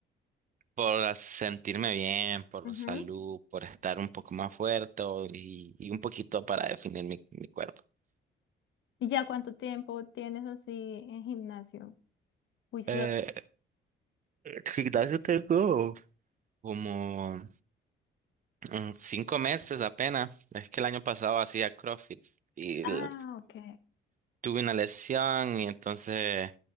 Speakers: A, on the right; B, on the left.
A: por sentirme bien, por
B: ujú.
A: salud, por estar un poco más fuerte o- y, y un poquito para definir mi, mi cuerpo.
B: ¿Y ya cuánto tiempo tienes así en gimnasio? Juicioso.
A: Eh, gimnasio tengo Como mm, cinco meses apenas. Es que el año pasado hacía CrossFit y
B: Ah,
A: l-
B: ok.
A: tuve una lesión y entonces